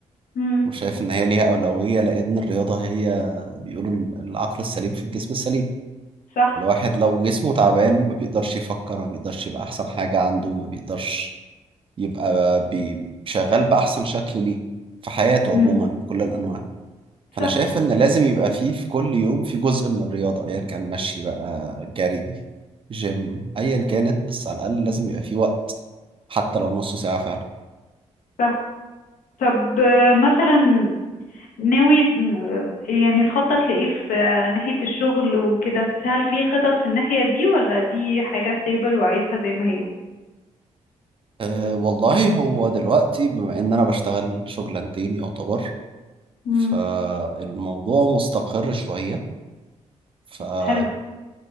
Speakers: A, on the left (about 85°); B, on the right (about 40°).
A: امم
B: وشايف ان هي ليها اولويه لان الرياضه هي بيقولوا ال- العقل السليم في الجسم السليم
A: صح
B: الواحد لو جسمه تعبان ما بيقدرش يفكر ما بيقدرش يبقى احسن حاجه عنده ما بيقدرش يبقى بي- شغال باحسن شكل ليه في حياته
A: مم.
B: عموما بكل الانواع فانا
A: صح
B: شايف ان لازم يبقى فيه في كل يوم في جزء من الرياضه ايا كان مشي بقى جري جيم ايا كانت بس على الاقل لازم يبقى فيه وقت حتى لو نص ساعه فعلا
A: صح طب آه، مثلا ناوي آه، يعني تخطط لإيه في آه، ناحية الشغل وكده هل في خطط في الناحية دي ولا دي حاجة stable وعايزها زي ما هي
B: أه والله هو دلوقتي بما ان انا بشتغل شغلانتين يعتبر
A: امم
B: فالموضوع مستقر شويه فطول
A: حلو